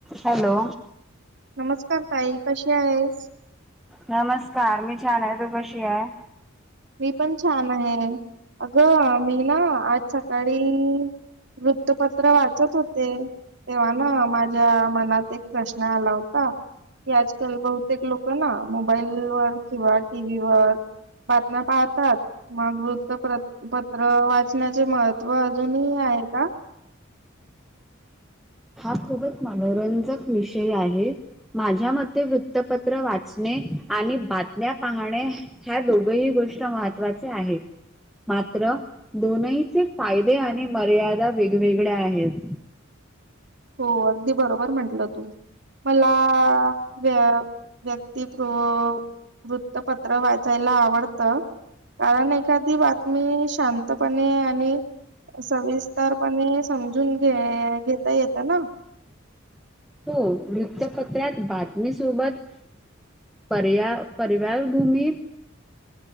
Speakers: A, in the centre; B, on the right.
A: Hello
B: नमस्कार ताई कशी आहेस
A: नमस्कार मी छान आहे तू कशी आहे
B: मी पण छान आहे अगं मी ना आज सकाळी वृत्तपत्र वाचत होते तेव्हा ना माझ्या मनात एक प्रश्न आला होता की आजकाल बहुतेक लोक ना मोबाईलवर किंवा टीव्हीवर बातम्या पाहतात मग वृत्तपत्र वाचनाचे महत्व अजूनही आहे का
A: हा खूपच मनोरंजक विषय आहे माझ्या मते वृत्तपत्र वाचणे आणि बातम्या पाहणे ह्या दोघही गोष्ट महत्वाच्या आहेत मात्र दोनहीचे फायदे आणि मर्यादा वेगवेगळ्या आहेत
B: हो अगदी बरोबर म्हंटलं तुम्ही मला,.. व व्यक्ती <inaudible> वृत्तपत्र वाचायला आवडतं कारण एखादी बातमी शांतपणे आणि सविस्तरपणे समजून घे घेता येतं ना
A: हो वृत्तपत्रात बातमीसोबत पर्या परिवार भूमीत